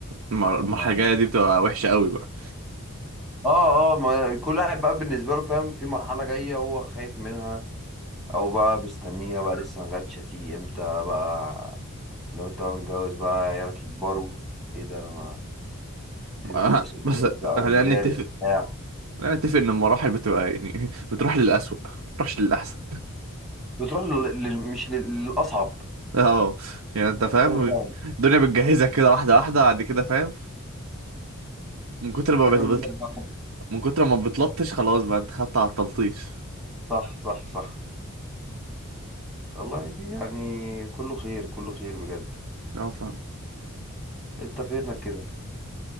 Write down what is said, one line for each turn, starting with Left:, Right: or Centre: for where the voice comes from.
Right: المر- المرحله
Centre: اما
Right: الجايه دي بتبقى وحشه قوي بقى
Centre: اه اه ما كل واحد بقى بالنسبة له فاهم في مرحلة جاية هو خايف منها او بقى مستنيها بقى لسه ما جاتش هتيجي امتى بقى بس لو انت بقى متجوز بقى عيالك يكبروا ايه ده انا تبقى
Right: <laughs>
Centre: في مسؤوليات
Right: بس
Centre: بقى
Right: خلينا
Centre: ومدارس
Right: نتفق
Centre: بتاع
Right: خلينا نتفق ان المراحل بتبقى يعني بتروح للأسوأ ما بتروحش للأحسن
Centre: بتروح لل... لل- مش لل- للأصعب
Right: اه يعني انت فاهم
Centre: أيوة فعلا
Right: الدنيا بتجهزك كده واحدة واحدة بعد كده فاهم من كتر ما
Centre: تعمل
Right: بت... بت-
Centre: منك بطل
Right: من كتر ما بتلطش خلاص بقى انت خدت على التلطيش
Centre: صح صح صح والله يعني كله خير كله خير بجد
Right: اه فاهم
Centre: أنت فينك كده